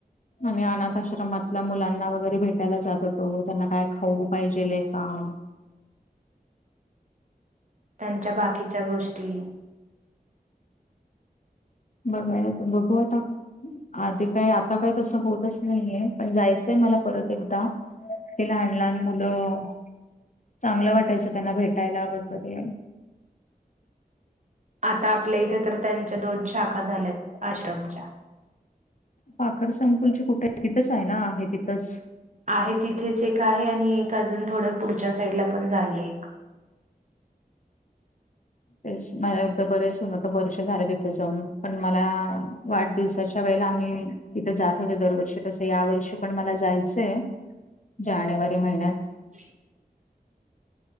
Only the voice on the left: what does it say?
आणि अनाथ आश्रमातल्या मुलांना वगैरे भेटायला जात होतो त्यांना काय खाऊ पाहिजेल काम
बघबायला तर बघू आता आधी काय आता काही तस होतच नाहीये पण जायचंय मला परत एकदा हेि लहान लहान मुलं चांगलं वाटायचं त्यांना भेटायला वगैरे
पाखर संकुल कुठे तिथंच आहे ना आहे तिथंच
तेझ बरेच होता वर्ष झाले तिथे जाऊन पण मला वाढदिवसाच्या वेळेला आम्ही तिथं जात होतो दरवर्षी तसं या वर्षी पण मला जायचंय जानेवारी महिन्यात